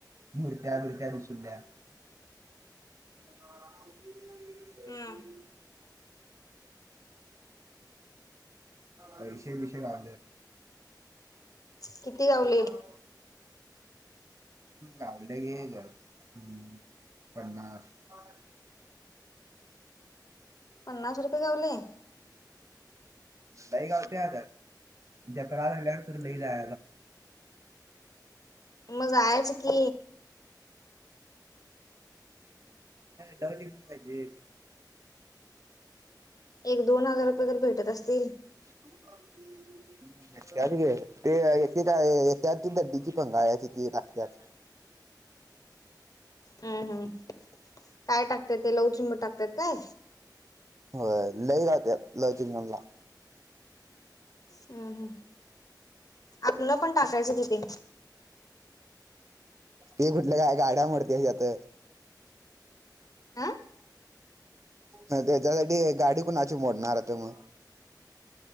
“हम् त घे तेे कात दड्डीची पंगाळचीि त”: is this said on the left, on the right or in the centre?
Right